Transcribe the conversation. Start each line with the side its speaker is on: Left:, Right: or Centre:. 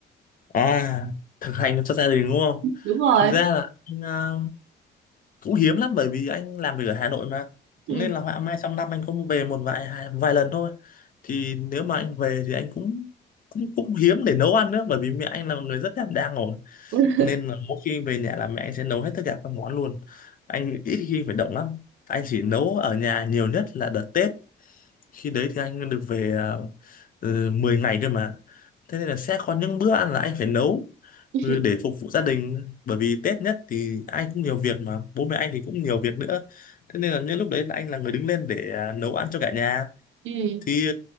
Left: à thực hành cho gia đình đúng không
Right: đúng rồi
Left: thực ra là anh à, cũng hiếm lắm bởi vì anh làm việc ở Hà Nội mà
Right: Ừ.
Left: nên là họa mai trong năm anh cũng về một vài hai- vài lần thôi thì nếu mà anh về thì anh cũng cũng cũng hiếm để nấu ăn nữa bởi vì mẹ anh là một người rất đảm đang rồi
Right: <laughs>
Left: nên là mỗi khi về nhà là mẹ anh sẽ nấu hết tất cả các món luôn anh ít khi phải động lắm anh chỉ nấu ở nhà nhiều nhất là đợt Tết khi đấy thì anh được về uh, 10 ngày cơ mà thế nên là sẽ có những bữa ăn là anh phải nấu
Right: Ừ.
Left: ừ, để phục vụ gia đình bởi vì Tết nhất thì ai cũng nhiều việc mà bố mẹ anh thì cũng nhiều việc nữa thế nên là những lúc đấy là anh là người đứng lên để à, nấu ăn cho cả nhà
Right: Ừ.
Left: thì